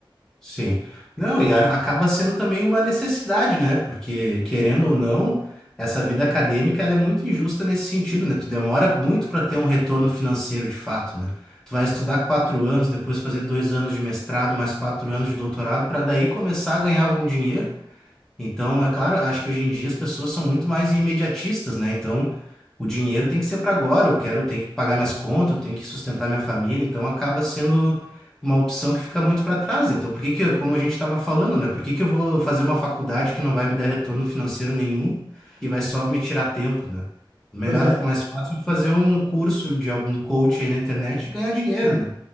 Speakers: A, in the centre; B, on the right.
A: Sim. Não, e a- acaba sendo também uma necessidade, né? Porque, querendo ou não, essa vida acadêmica ela é muito injusta nesse sentido, né? Tu demora muito para ter um retorno financeiro de fato, né? Tu vai estudar quatro anos, depois fazer dois anos de mestrado, mais quatro anos de doutorado, para daí começar a ganhar algum dinheiro. Então, é claro, acho que hoje em dia as pessoas são muito mais imediatistas, né? Então, o dinheiro tem que ser para agora. Eu quero, eu tenho que pagar minhas contas, eu tenho que sustentar minha família. Então, acaba sendo uma opção que fica muito para trás. Então, por que que, eu- como a gente estava falando, né? Por que que eu vou fazer uma faculdade que não vai me dar retorno financeiro nenhum e vai só me tirar tempo, né? Melhor,
B: Pois é,
A: mais fácil é fazer um curso de algum coach aí na internet e ganhar dinheiro,
B: é,
A: né?